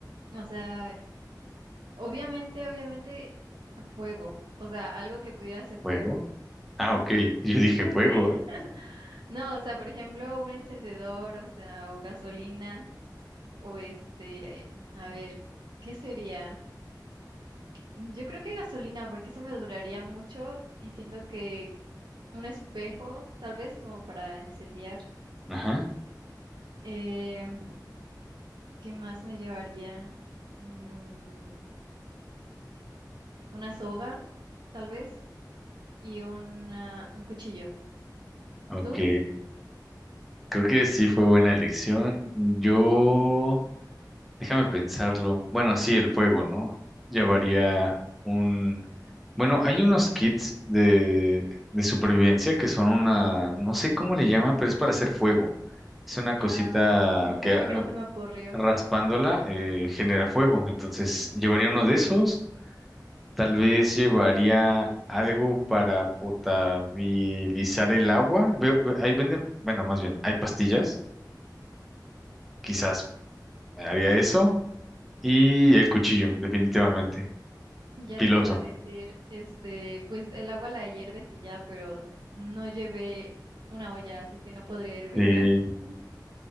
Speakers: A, on the right (about 85°); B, in the centre.
A: O sea, obviamente, obviamente, fuego. O sea, algo que pudiera ser
B: ¿Fuego?
A: fuego.
B: Ah,
A: Mm.
B: ok. <laughs> Yo dije
A: <laughs>
B: fuego.
A: Sí. <laughs> No, o sea, por ejemplo, un encendedor, o sea, o gasolina, o este, a ver, ¿qué sería? Yo creo que gasolina, porque eso me duraría mucho y siento que un espejo, tal vez, como para incendiar.
B: Ajá.
A: Em, ¿qué más me llevaría? Mm, una soga, tal vez, y una, un cuchillo.
B: Ok.
A: ¿Tú?
B: Creo que sí fue buena elección. Yo Déjame pensarlo. Bueno, sí, el fuego, ¿no? Llevaría un... Bueno, hay unos kits de, de supervivencia que son una... No sé cómo le llaman, pero es para hacer fuego. Es una
A: Ah,
B: cosita
A: no sé
B: que
A: por
B: ah,
A: qué no se me ocurrió.
B: raspándola eh, genera fuego. Entonces,
A: Ujú.
B: llevaría uno de esos. Tal vez llevaría algo para potabilizar el agua. Veo- ve- ahí venden... Bueno, más bien, hay pastillas. Quizás haría eso. Y el cuchillo, definitivamente.
A: Ya
B: Piloso.
A: te iba a decir, este, pues el agua la hierves y ya, pero no llevé una olla, así que no podría hervirla.
B: Sí.
A: Ah.